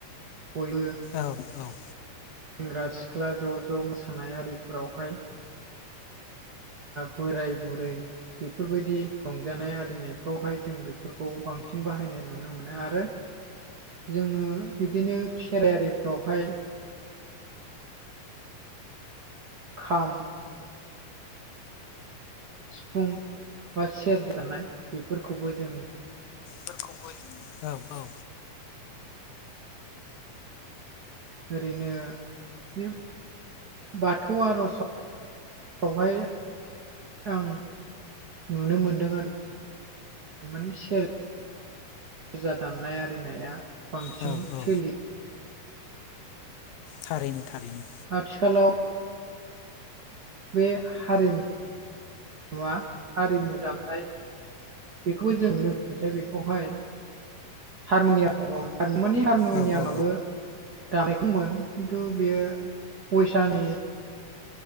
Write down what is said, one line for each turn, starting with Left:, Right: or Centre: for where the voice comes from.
Right: बयबो
Left: औ औ
Right: सेंग्रा सिख्ला ज' ज' मोसानाय आरिफोरावहाय बोराय बुरै बेफोरबायदि रंजानाय आरिनायफ्रावहाय जों बेफोरखौ बांसिन बाहायनाय नुनो मोनो आरो जोंङो बिदिनो खेराइआरिफ्रावहाय खाम सिफुं बा सेरजानाय बेफोरखौबो जों नु
Left: बेफोरखौबो औ औ
Right: ओरैनो बे बाथौ आर'जावहाय आं नुनो मोनदों आरोखि माने सेर जा दामनाय आरिनाया बांसिन
Left: औ औ
Right: सोलि
Left: थारैनो थारैनो
Right: आथिखालाव बे हारिमु मुवा हारिमु दामनाय बेखौबो जों नुनो मोनोथाय बेखौहाय हारमुनियाम माने हारमुनियामाबो
Left: औ औ
Right: दानायखौमोन खिन्थु बेयो वेसटार्ननि